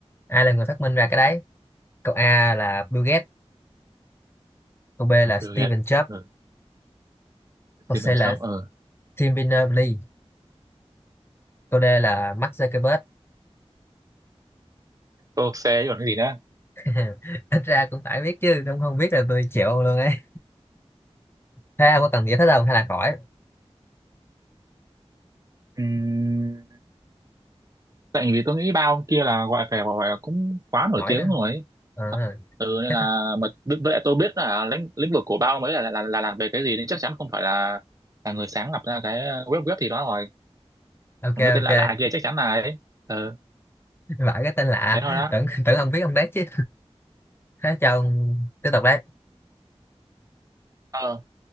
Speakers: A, on the left; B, on the right.
A: ai là người phát minh ra cái đấy câu A là Bill Gates câu B là Steven
B: ừ, ghét
A: Jobs
B: ừ,
A: câu
B: Steven
A: C là
B: Jobs ừ.
A: Tim Berners-Lee câu D là Mark Zuckerberg
B: cô xe còn cái gì nữa
A: <laughs> ít ra cũng phải biết chứ không không biết là tôi chịu ông luôn ấy thế ông có cần giải thích không hay là khỏi
B: Ừm, tại vì tôi nghĩ ba ông kia là gọi phải gọi là cũng quá nổi
A: nổi
B: tiếng
A: đó
B: rồi ấy.
A: Ờ,
B: Ờ, ừ nên
A: thế
B: là
A: thôi.
B: mà bi- với lại tôi biết là lĩnh lĩnh vực của ba ông ấy là là, là làm về cái gì nên chắc chắn không phải là là người sáng lập ra cái web web gì đó rồi
A: ok
B: còn cái tên
A: ok
B: lạ lạ kia chắc chắn là ấy ừ
A: vãi cái tên lạ
B: thế thôi đó
A: tưởng tưởng ông biết ông đấy chứ thế cho ông tiếp tục đấy
B: ờ